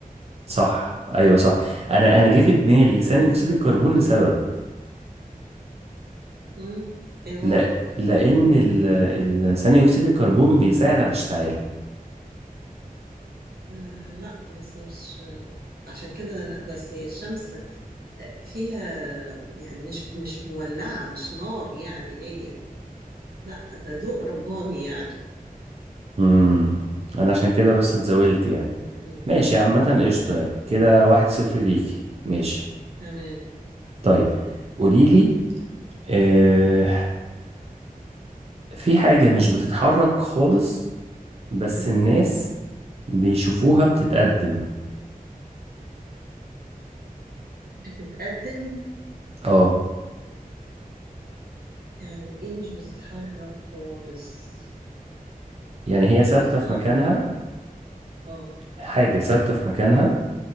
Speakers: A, on the right; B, on the right.
A: صح أيوه صح أنا أنا جه في دماغي ثاني أكسيد الكربون لسبب
B: مم. ايه هو
A: لا لأن ال- ال- ثاني أكسيد الكربون بيساعد على الاشتعال
B: آه لا بس مش عشان كده بس هي الشمس آه، فيها يعني مش مش مولعة مش نار يعني هي لا ده ضوء رباني يعني
A: امم انا عشان كده بس اتزاولت يعني
B: مم.
A: ماشي عامة قشطة يعني كده واحد صفر ليكي ماشي
B: تمام
A: طيب قوليلي آه في حاجة مش بتتحرك خالص بس
B: مم.
A: الناس بيشوفوها بتتقدم
B: بتتقدم
A: اه
B: يعني ايه مش بتتحرك خالص
A: يعني هي
B: مش
A: ثابتة
B: بتتحرك
A: في مكانها
B: مم. اه
A: حاجة ثابتة في مكانها